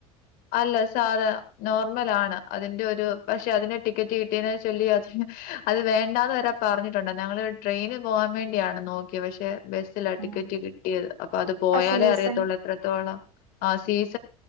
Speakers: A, on the left (about 50°); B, on the right (about 80°).
A: അല്ല സാധാ നോർമലാണ് അതിന്റെ ഒരു പക്ഷെ അതിന്റെ ടിക്കറ്റ് കിട്ടിയതിനെ ചൊല്ലി അത് വേണ്ടാന്ന് വരെ പറഞ്ഞിടട്ടൊണ്ട് ഞങ്ങള് ട്രെയിന് പോവാൻ വേണ്ടിയാണ് നോക്കിയേ പക്ഷെ ബസ്സിലാ
B: ഉം.
A: ടിക്കറ്റ് കിട്ടിയത് അപ്പൊ അത് പോയാലേ
B: ആ സീസൺ
A: അറിയത്തൊള്ളൂ എത്രത്തോളം ആ സീസൺ.